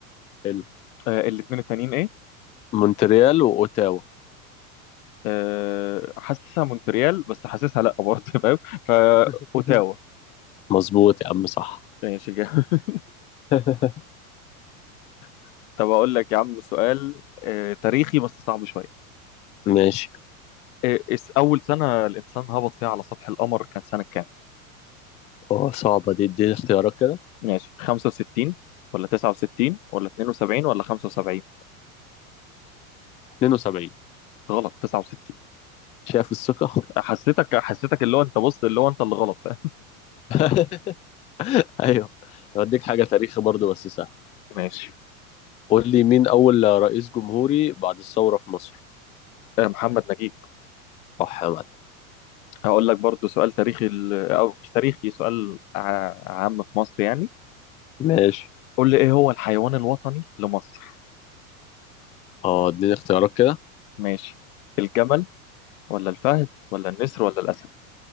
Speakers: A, on the left; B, on the left.
A: حلو
B: آه، الاتنين التانيين ايه
A: مونتريال واوتاوا
B: آه، حاسسها مونتريال بس حاسسها لا برضه <laughs> فاهم فا
A: <laughs>
B: اوتاوا
A: مظبوط يا عم صح
B: ماشي جامد
A: <laughs>
B: <laughs> طب اقول لك يا عم سؤال آه، تاريخي بس صعب شويه
A: ماشي
B: آه، اس- اول سنه الانسان هبط فيها على سطح القمر كانت سنه كام
A: اه صعبة دي اديني اختيارات كده
B: ماشي 65 ولا 69 ولا 72 ولا 75
A: 72
B: غلط 69
A: شايف الثقة
B: حسيتك حسيتك اللي هو انت بص اللي هو انت اللي غلط <laughs> فاهم
A: <laughs> ايوه هديك حاجة تاريخي برضو بس سهل
B: ماشي
A: قول لي مين اول رئيس جمهوري بعد الثورة في مصر
B: آه، محمد نجيب
A: صح يا معلم
B: هقول لك برضو سؤال تاريخي ال- او مش تاريخي سؤال ع- عام في مصر يعني
A: ماشي
B: قول لي ايه هو الحيوان الوطني لمصر
A: اه اديني اختيارات كده
B: ماشي الجمل ولا الفهد ولا النسر ولا الاسد